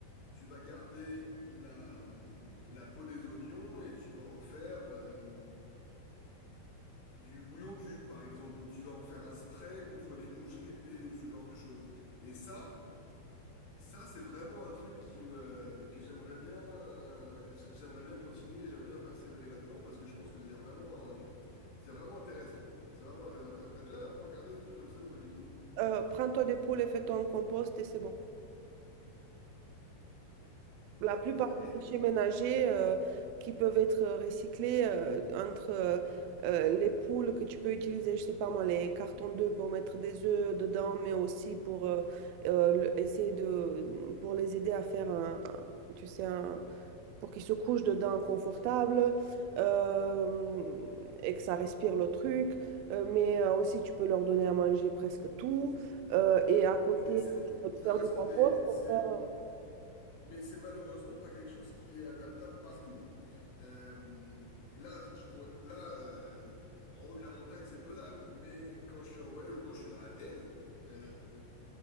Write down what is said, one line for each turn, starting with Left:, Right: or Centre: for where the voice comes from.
Left: tu vas garder la, la peau des oignons et tu vas en faire... euh, Du bouillon cube, par exemple, où tu vas en faire un spray contre les mouches l'été ou ce genre de choses. Et ça, ça, c'est vraiment un truc qui me, que j'aimerais bien, euh, j- j'aimerais bien continuer, j'aimerais bien persévérer là-dedans parce que je pense que il y a vraiment un, c'est vraiment intéressant. C'est vraiment intéressant. T'as t'as déjà un peu regardé des trucs comme ça ou pas du tout?
Right: euh, prends toi des poules et fais-toi un compost et c'est bon. La plupart
Left: Ouais,
Right: des déchets ménagers euh, qui peuvent être recyclés euh, entre euh, euh, les poules que tu peux utiliser, je sais pas moi, les cartons d'œufs pour mettre des œufs dedans, mais aussi pour euh, euh, le- essayer de pour les aider à faire un, un- tu sais, un pour qu'il se couche dedans confortable euh, et que ça respire le truc. Euh, mais euh, aussi, tu peux leur donner à manger presque tout. Euh, et à côté,
Left: mais c'est vrai,
Right: tu peux te
Left: t'as
Right: faire
Left: raison.
Right: du compost
Left: Et
Right: pour
Left: c'est
Right: faire... euh,
Left: Mais c'est malheureusement pas quelque chose qui est adaptable partout. Euh, là, je pourrais, là euh, en haut de la montagne, c'est pesable, mais quand je suis en voyage ou quand je suis à Athènes, euh,